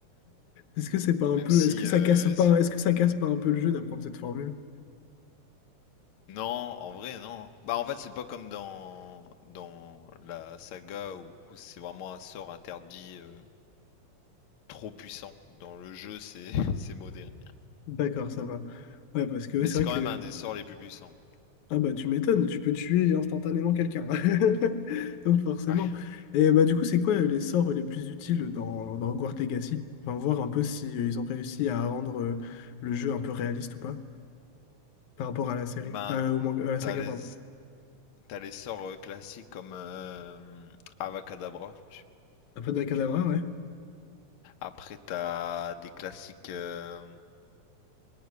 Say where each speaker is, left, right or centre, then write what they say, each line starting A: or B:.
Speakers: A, on the left; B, on the left.
A: Est-ce que c'est pas un
B: Même
A: peu,
B: si
A: est-ce que
B: euh,
A: ça casse pas, est-ce que ça casse pas un peu le jeu d'apprendre cette formule?
B: Non, en vrai, non. Bah, en fait, c'est pas comme dans, dans la saga où, c'est vraiment un sort interdit euh, trop puissant. Dans le jeu, c'est <laughs> c'est modéré.
A: D'accord, ça va. Ouais, parce que ouais,
B: Mais
A: c'est
B: c'est
A: vrai
B: quand
A: que
B: même un des sorts les plus puissants.
A: ah bah tu m'étonnes, tu peux tuer instantanément quelqu'un. <laughs> Donc forcément.
B: Ouais.
A: Et bah du coup, c'est quoi les sorts les plus utiles dans, dans Hogwarts Legacy? Enfin, voir un peu si euh, ils ont réussi à rendre euh, le jeu un peu réaliste ou pas par rapport à la série,
B: Ben,
A: à- au manga- à la saga,
B: t'as les,
A: pardon.
B: t'as les sorts euh, classiques comme euh, Avacadabra, je sais pas
A: Avada
B: si
A: Kedavra,
B: tu vois. Après, t'as des classiques. euh,